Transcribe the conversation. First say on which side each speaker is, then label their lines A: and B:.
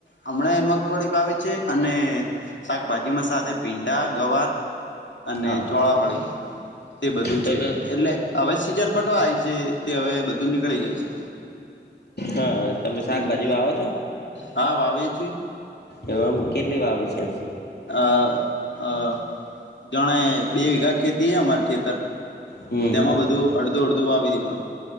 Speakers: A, on the left; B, on the left.
A: હમણાં મગફોળી વાવી છે, અને શાકભાજીમાં સાથે ભિંડા ગવાર અને
B: હા
A: ચોળાફળી તે બધું
B: તો
A: છે,
B: તો
A: એટલે હવે સીઝન પટવાય છે. તે હવે બધું નીકળી જાય છે.
B: હા તમે
A: હમ
B: શાકભાજી આવો છો?
A: હા વાવેએ છીએ.
B: એ આમ કેટલી વાવી છે?
A: અ અ જાણે બે બિગા ખેતી હ અમાર ખેતર
B: હમ
A: તેમાં બધું અડધું અડધું વાવી દેવાન